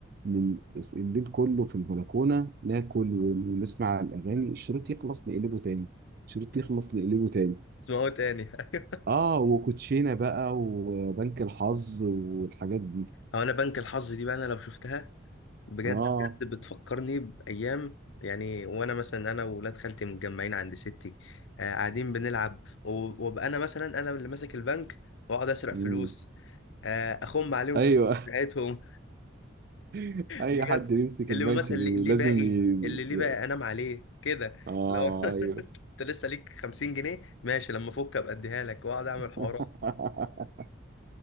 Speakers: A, on the right; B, on the left.
A: من- الليل كله في البلكونة ناكل ونسمع الأغاني الشريط يخلص نقلبه تاني الشريط يخلص نقلبه تاني
B: اسمعوا تاني <laughs>
A: اه وكوتشينة بقى وبنك الحظ والحاجات دي
B: او انا بنك الحظ دي بقى انا لو شفتها بجد
A: اه
B: بجد بتفكرني بايام يعني وانا مثلا انا وولاد خالتي متجمعين عند ستي آه قاعدين بنلعب و- وابقى انا مثلا انا اللي ماسك البنك واقعد اسرق
A: مم.
B: فلوس آه اخم عليهم
A: ايوه
B: في <laughs> الفلوس بتاعتهم
A: <laughs> اي
B: بجد
A: حد يمسك
B: اللي
A: البنك
B: مثلا
A: بي-
B: ليه ليه
A: لازم
B: بقى ايه
A: ي...
B: اللي ليه
A: ي-
B: بقى انام عليه كده
A: اه
B: لو <laughs>
A: ايوه
B: انت لسه ليك 50 جنيه ماشي لما افك ابقى اديها لك واقعد اعمل حوارات
A: <laughs>